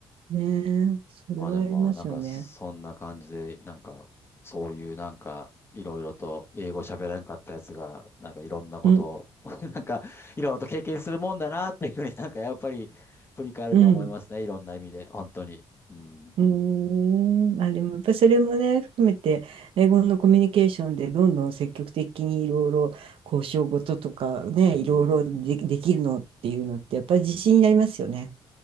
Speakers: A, on the right (about 70°); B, on the left (about 25°).
A: ねえ、それはありますよね。
B: あ、でもまあ、なんか、そんな感じで、なんか、そういうなんか、いろいろと英語喋らなかったやつが、なんかいろんなことを、
A: うん、
B: <laughs> なんか、いろいろと経験するもんだなっていうふうになんか、やっぱり、振り返ると思いますね。
A: うん、
B: いろんな意味で、本当に。うん。
A: うーん、あ、でもやっぱそれもね、含めて、英語のコミュニケーションでどんどん積極的にいろいろ交渉事とかね、
B: うん。
A: いろいろで、できるのっていうのって、やっぱり自信になりますよね。